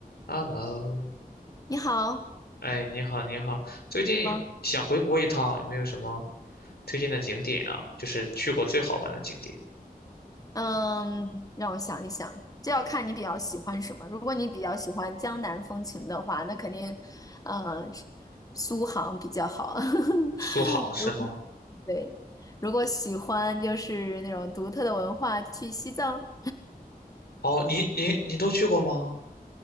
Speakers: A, on the left; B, on the left.
A: Hello，
B: 你好，
A: 哎，你好，你好，最近想回国一趟，
B: 忙，
A: 有没有什么推荐的景点啊？就是去过最好玩的景点，
B: 嗯，让我想一想，这要看你比较喜欢什么。如果你比较喜欢江南风情的话，那肯定，嗯，苏杭比较好。
A: 苏杭是吗？
B: <laughs> 如对，如果喜欢就是那种独特的文化，去西藏。
A: 哦，你你你都去过吗？